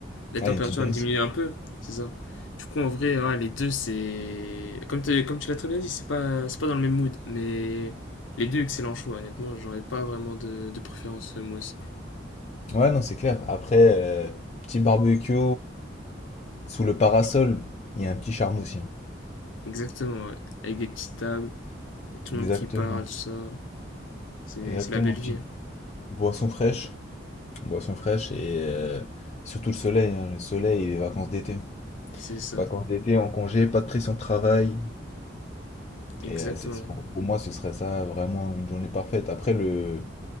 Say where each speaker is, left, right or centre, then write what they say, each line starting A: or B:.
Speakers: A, on the left (about 85°); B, on the left (about 35°).
A: la
B: Ah,
A: température
B: il y a une petite brise.
A: elle diminue un peu, c'est ça. Du coup en vrai, ouais, les deux c'est comme tu comme tu l'as très bien dit, c'est pas c'est pas dans le même mood, mais les deux excellents choix. Honnêtement, j'aurais pas vraiment de de préférence euh, moi aussi.
B: Ouais, non, c'est clair. Après, euh, petit barbecue, sous le parasol, il y a un petit charme aussi. hein.
A: Exactement, ouais. Avec des petites tables. Tout le
B: Exactement,
A: monde qui parle, ça. C'est
B: exactement.
A: c'est la belle
B: Petite
A: vie. hein.
B: boisson fraîche. Boisson fraîche et euh, surtout le soleil, hein, le soleil et les vacances d'été.
A: C'est ça,
B: Vacances d'été en congé, pas de pression de travail.
A: exactement.
B: Et euh, c'est, c'est pour, pour moi, ce serait ça vraiment une journée parfaite. Après, le,